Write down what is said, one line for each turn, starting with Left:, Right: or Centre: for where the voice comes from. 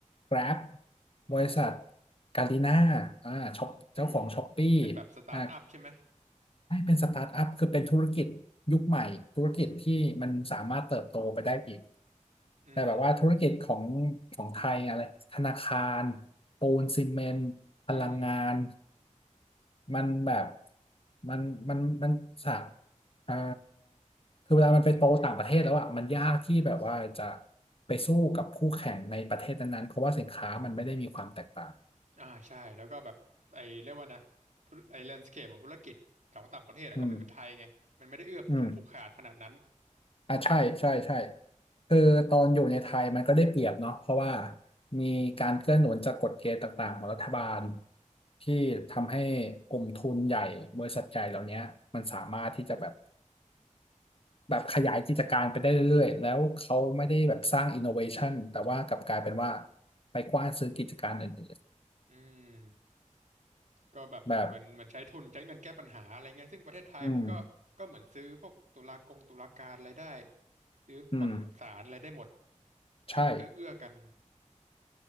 Left: Grab
Right: อืม
Left: บริษัทกาลิน่าอ่าช็อปเจ้าของช้อปปี้
Right: อืมเป็นแบบสตาร์ทอัพใช่ไหม
Left: อ่า ให้เป็นสตาร์ทอัพคือเป็นธุรกิจยุคใหม่ธุรกิจที่มันสามารถเติบโตไปได้อีก
Right: อืมอืม
Left: แต่แบบว่าธุรกิจของของไทยอะไรธนาคารปูนซีเมนต์พลังงาน
Right: อืม
Left: มันแบบมันมันมันสะเอ่อคือเวลามันไปโตต่างประเทศแล้วอ่ะมันยากที่แบบว่าจะไปสู้กับคู่แข่งในประเทศนั้นๆเพราะว่าสินค้ามันไม่ได้มีความแตกต่าง
Right: อ่าใช่แล้วก็แบบไอ้เรียกว่านะธุรไอ้แลนด์สเคปของธุรกิจของต่างประเทศอะก็ไม่เหมือนไทยไงมันไม่ได้เอื้อทุนผูกขาดขนาดนั้น
Left: อืมอืม อ่ะใช่ใช่ใช่คือตอนอยู่ในไทยมันก็ได้เปรียบเนาะเพราะว่ามีการเกื้อหนุนจากกฎเกณฑ์ต่างๆของรัฐบาลที่ทำให้กลุ่มทุนใหญ่บริษัทใหญ่เหล่านี้มันสามารถที่จะแบบแบบขยายกิจการไปได้เรื่อยๆแล้วเขาไม่ได้แบบสร้างอินโนเวชันแต่ว่ากลับกลายเป็นว่าไปกว้านซื้อกิจการอื่น
Right: อืมก็แบบเหมือนเหมือนใช้ทุนใช้เงินแก้ปัญหาอะไรเงี้ยซึ่งประเทศไทยมันก็ก็เหมือนซื้อพวกตุลากงตุลาการอะไรได้
Left: ๆแบบอืม
Right: ซื้อฝั่งศาลอะไรได้หมด
Left: อืม
Right: ให้มันเอื้อเอื้อกัน
Left: ใช่